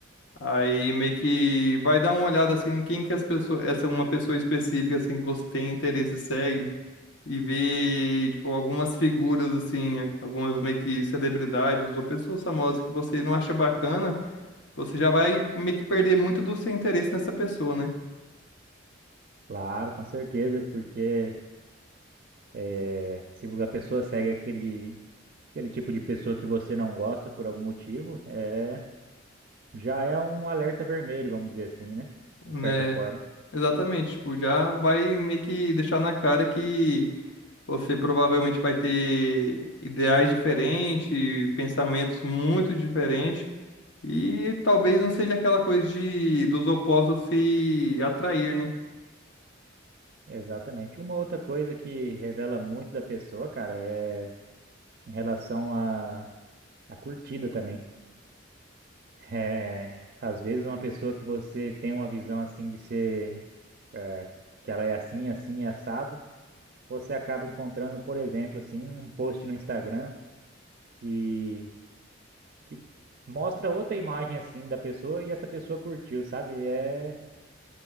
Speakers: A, on the left (about 65°); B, on the right (about 50°).
A: Aí meio que vai dar uma olhada assim em quem que as pessoas, essa uma pessoa específica assim que você tem interesse segue e ver tipo algumas figuras assim, algumas meio que celebridades ou pessoas famosas que você não acha bacana, você já vai meio que perder muito do seu interesse nessa pessoa, né?
B: Claro, com certeza, porque é, se a pessoa segue aquele, aquele tipo de pessoa que você não gosta por algum motivo, é, já é um alerta vermelho, vamos dizer assim, né?
A: Né?
B: De certa forma.
A: Exatamente, tipo, já vai meio que deixar na cara que você provavelmente vai ter ideais diferentes, pensamentos muito diferentes. E talvez não seja aquela coisa de dos opostos se atrair, né?
B: Exatamente. Uma outra coisa que revela muito da pessoa, cara, é em relação à à curtida também. É, às vezes uma pessoa que você tem uma visão assim de ser é, que ela é assim, assim, é assado, você acaba encontrando, por exemplo, assim, um post no Instagram que, que mostra outra imagem assim da pessoa e essa pessoa curtiu, sabe? É,